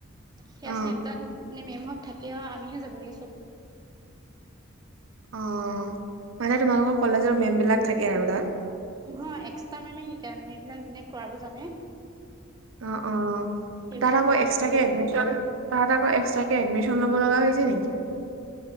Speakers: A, on the right (about 20°); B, on the right (about 70°).
A: সেয়া
B: অ
A: চেণ্টাৰ মানে মেমসত থাকে আমিহে যাব লাগে চব।
B: অ' মানে তোমালোকৰ কলেজৰ মেমবিলাক থাকে আৰু তাত।
A: নহয় এক্সট্ৰা মেমে শিকাই মানে এইবিলাক যেনে কৰাব জানে।
B: অ', অ',
A: সেইবোৰ
B: তাত আকৌ
A: মেমে
B: এক্সট্ৰাকে
A: শিকায়
B: এডমিশন তাত আকৌ এক্সট্ৰাকে এডমিশন ল'ব লগা হৈছে নেকি।